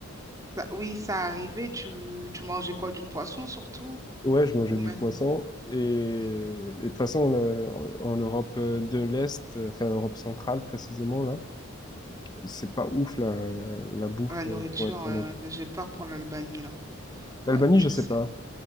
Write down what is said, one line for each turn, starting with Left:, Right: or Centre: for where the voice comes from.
Right: Ça- oui, ça arrivait. Tu, tu mangeais quoi? Du poisson surtout?
Left: Ouais, je mangeais
Right: Ou
Left: du
Right: même.
Left: poisson et, et
Right: hmm.
Left: de toute façon on a- en Europe de l'Est, euh, enfin Europe centrale précisément là, c'est pas ouf la, la, la bouffe
Right: La nourriture,
Left: euh, pour être
Right: ouais,
Left: honnête.
Right: ouais. bah, J'ai peur pour l'Albanie, là.
Left: L'Albanie,
Right: Ouais, je
Left: je sais
Right: sais.
Left: pas.